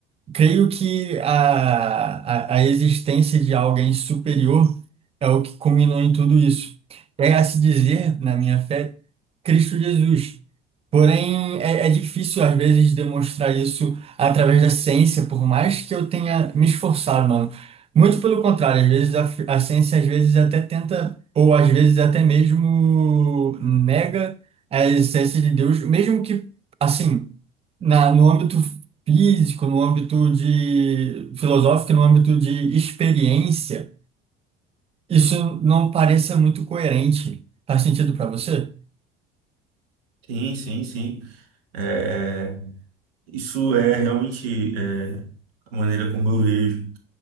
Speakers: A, on the right (about 20°); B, on the right (about 80°).
A: Creio que a, a, a existência de alguém superior é o que culminou em tudo isso. É a se dizer, na minha fé, Cristo Jesus. Porém, é, é difícil às vezes demonstrar isso através da ciência, por mais que eu tenha me esforçado, mano. Muito pelo contrário, às vezes a, fi- a ciência às vezes até tenta, ou às vezes até mesmo nega a existência de Deus, mesmo que, assim, na, no âmbito físico, no âmbito de filosófico, no âmbito de experiência, isso não pareça muito coerente. Faz sentido para você?
B: Sim, sim, sim. É, isso é realmente é, a maneira como eu vejo